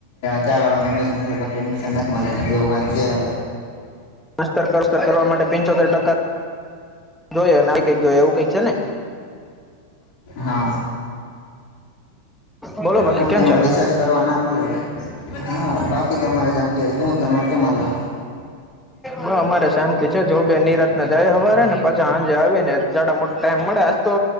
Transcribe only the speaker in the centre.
અસ્તર કરસ્તર કરવા માટે પંચોતેર ટકા જોય ના કઈ જોય એવું કઈક છે ને
બોલો બાકી
કેમ
ચાલે
બ અમારે શાંતિ છે જોબે નીરાતને જાય હવારે ને પાછા સાંજે આવી ને. જાડા મોટા ટાઈમ મળે આજ તો